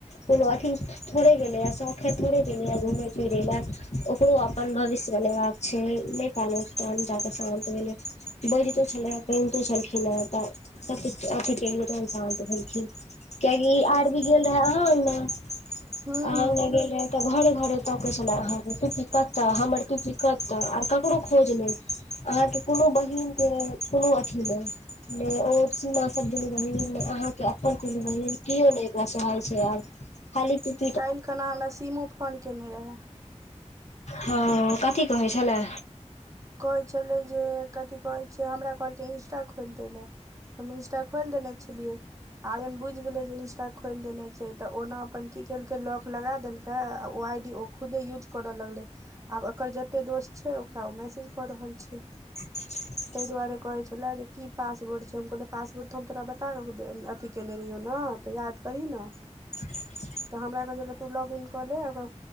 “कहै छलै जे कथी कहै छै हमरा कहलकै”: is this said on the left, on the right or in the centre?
Right